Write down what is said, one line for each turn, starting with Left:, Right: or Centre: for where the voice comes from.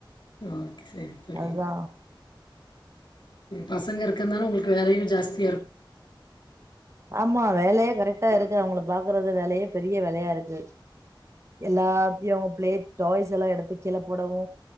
Left: ஓகே சரி தோழி
Right: அத்தா
Left: பசங்க இருக்கனாலு உங்களுக்கு வேலையு ஜாஸ்தி
Right: ஆமா வேலயே கரெக் க்டா இருக்கு அவங்கள பாக்றது வேலையே பெரிய வேலையா இருக்கு எல்லாத்தையு அவங்க பிளே டாய்ஸ் எல்லா எடுத்து கீழ போடவு